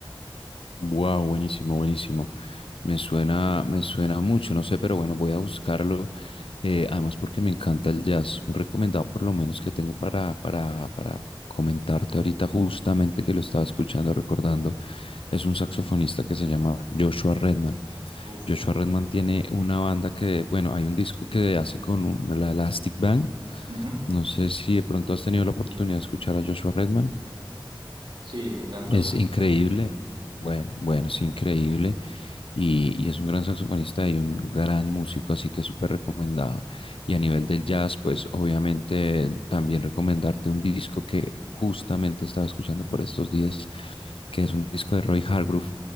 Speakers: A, on the left; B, on the right.
A: Wow, buenísimo, buenísimo. Me suena, me suena mucho, no sé, pero bueno, voy a buscarlo. eh, además, porque me encanta el jazz. Un recomendado por lo menos que tengo para, para, para comentarte ahorita, justamente que lo estaba escuchando, recordando, es un saxofonista que se llama Joshua Redman.
B: Uf,
A: Joshua Redman tiene una banda que, bueno, hay un disco que hace con un- la Elastic Band.
B: ujú.
A: No sé si de pronto has tenido la oportunidad de escuchar a Joshua Redman.
B: Sí, me encanta
A: Es
B: su música.
A: increíble, bueno, bueno, es increíble y, y es un gran saxofonista y un gran músico, así que súper recomendado. Y a nivel del jazz, pues obviamente también recomendarte un disco que justamente estaba escuchando por estos días, que es un disco de Roy Hargrove,